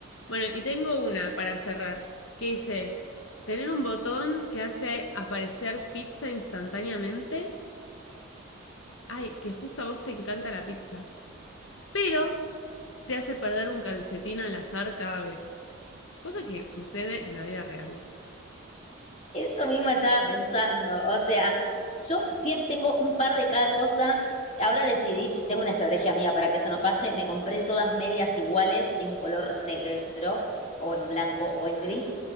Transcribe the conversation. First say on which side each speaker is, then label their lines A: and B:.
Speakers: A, on the left (about 75°); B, on the left (about 30°).
A: Bueno, y tengo una para cerrar, que dice, tener un botón que hace aparecer pizza instantáneamente. Ay, que justo a vos te encanta la pizza, pero te hace perder un calcetín al azar cada vez. Cosa que sucede en la vida real.
B: Eso mismo estaba pensando. O sea, yo siempre tengo un par de cada cosa. Ahora decidí, tengo una estrategia mía para que eso no pase. Me compré todas medias iguales en color negro o en blanco o en gris.